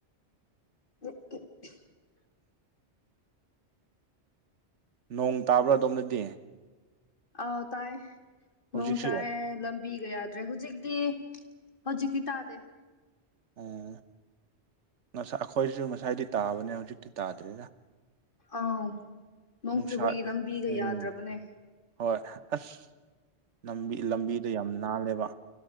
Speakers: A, on the left; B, on the right.
A: <inaudible>
B: ꯅꯣꯡ ꯇꯥꯕ꯭ꯔꯥ ꯑꯗꯣꯝꯗꯗꯤ
A: ꯑ ꯇꯥꯏꯑꯦ
B: ꯍꯧꯖꯤꯛꯁꯨ
A: ꯅꯣꯡ ꯇꯥꯏꯑꯦ ꯂꯝ ꯕꯤꯒ ꯌꯥꯗ꯭ꯔꯦ ꯍꯧꯖꯤꯛꯇꯤ ꯍꯧꯖꯤꯛꯇꯤ ꯇꯥꯗꯦ
B: ꯑꯣ ꯉꯁꯥꯏ ꯑꯩꯈꯣꯏꯁꯨ ꯉꯁꯥꯏꯗꯤ ꯇꯥꯕꯅꯦ ꯍꯧꯖꯤꯛꯇꯤ ꯇꯥꯗ꯭ꯔꯦꯗ
A: ꯑꯥꯎ ꯅꯣꯡ
B: ꯅꯨꯡꯁꯥ
A: ꯆꯨꯕꯒꯤ ꯂꯝꯕꯤꯒ
B: ꯎꯝ
A: ꯌꯥꯗ꯭ꯔꯕꯅꯦ
B: ꯍꯣꯏ ꯑꯁ ꯂꯝꯕꯤ ꯂꯝꯕꯤꯗꯣ ꯌꯥꯝ ꯅꯥꯜꯂꯦꯕ